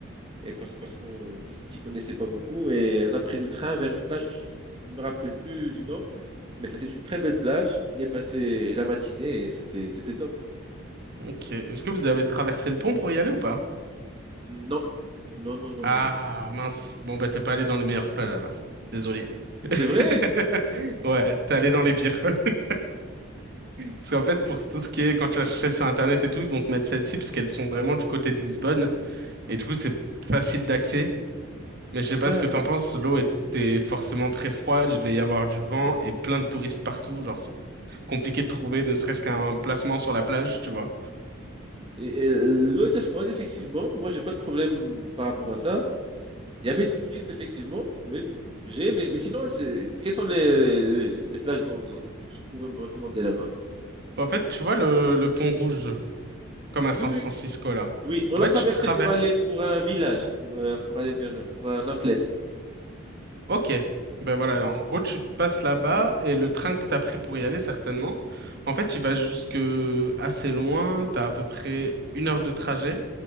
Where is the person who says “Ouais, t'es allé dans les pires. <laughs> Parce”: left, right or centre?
Right